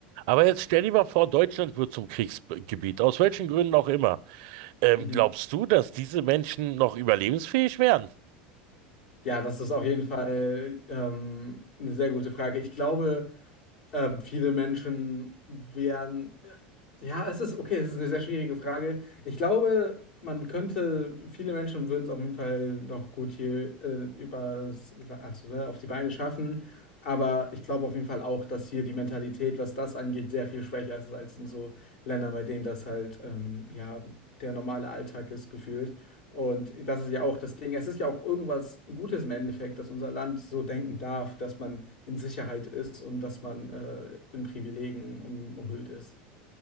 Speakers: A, on the right (about 65°); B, on the left (about 80°).
A: Aber jetzt stell dir mal vor, Deutschland wird zum Kriegsgebiet, aus welchen Gründen auch immer. Ähm,
B: Mhm.
A: glaubst du, dass diese Menschen noch überlebensfähig wären?
B: Ja, das ist auf jeden Fall ähm, eine sehr gute Frage. Ich glaube, ähm, viele Menschen wären Ja, es ist okay, es ist eine sehr schwierige Frage. Ich glaube, man könnte, viele Menschen würden es auf jeden Fall noch gut hier äh, übers, also, ne, auf die Beine schaffen. Aber ich glaube auf jeden Fall auch, dass hier die Mentalität, was das angeht, sehr viel schwächer ist als in so Ländern, bei denen das halt ähm, ja der normale Alltag ist, gefühlt. Und das ist ja auch das Ding. Es ist ja auch irgendwas Gutes im Endeffekt, dass unser Land so denken darf, dass man in Sicherheit ist und dass man äh, in Privilegien um, umhüllt ist.